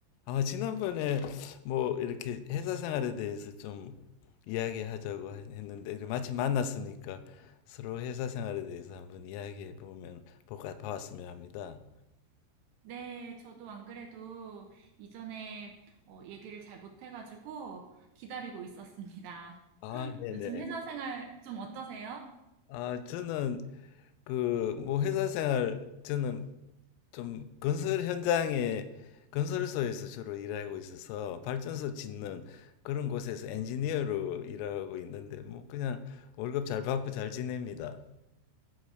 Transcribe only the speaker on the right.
네, 저도 안 그래도 이전에 어, 얘기를 잘 못해가지고 기다리고 있었습니다.
<laughs>
요즘 회사 생활 좀 어떠세요?